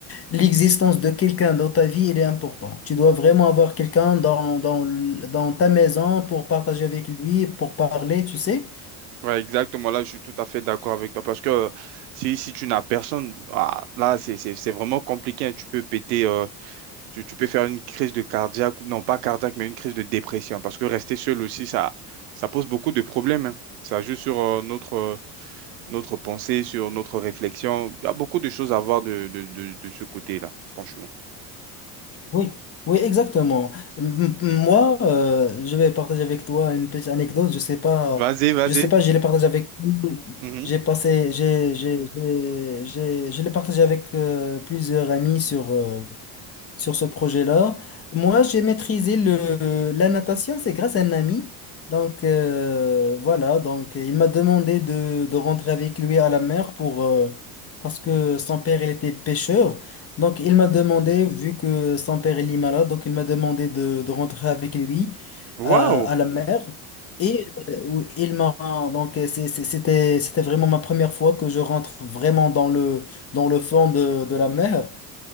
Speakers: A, on the left; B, on the right.
A: l'existence de quelqu'un dans ta vie, il est important. Tu dois vraiment avoir quelqu'un dans, dans, dans ta maison pour partager avec lui, pour parler, tu sais.
B: Ouais, exactement. Là, je suis tout à fait d'accord avec toi parce que euh, si, si tu n'as personne, ah, là, c'est c'est- c'est vraiment compliqué. hein. Tu peux péter, euh, tu, tu peux faire une crise de cardiaque, ou- non pas cardiaque, mais une crise de dépression parce que rester seul aussi, ça, ça pose beaucoup de problèmes. hein. Ça joue sur euh, notre, euh, notre pensée, sur notre réflexion. Il y a beaucoup de choses à voir de, de, de, de ce côté-là, franchement.
A: Oui, oui, exactement. M- m- Moi, euh, je vais partager avec toi une petite anecdote. Je sais pas,
B: Vas-y, vas-y.
A: je sais pas, je l'ai partagé avec,
B: Mhm.
A: j'ai passé, j'ai, j'ai, j'ai, j'ai- je l'ai partagé avec euh, plusieurs amis sur, euh, sur ce projet-là. Moi, j'ai maîtrisé le, la natation, c'est grâce à un ami. Donc, euh, voilà, donc il m'a demandé de, de rentrer avec lui à la mer pour, euh, parce que son père, il était pêcheur. Donc, il m'a demandé, vu que son père, il est malade, donc il m'a demandé de, de rentrer avec lui euh,
B: Waouh!
A: à la mer. Et euh, où il m'a donc euh, c'est- c'est- c'était c'était vraiment ma première fois que je rentre vraiment dans le dans le fond de, de la mer.